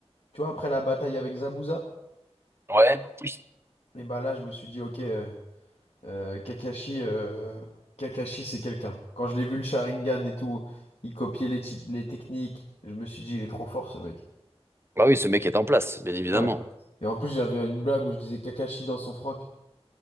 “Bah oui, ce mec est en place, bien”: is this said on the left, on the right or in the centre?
Right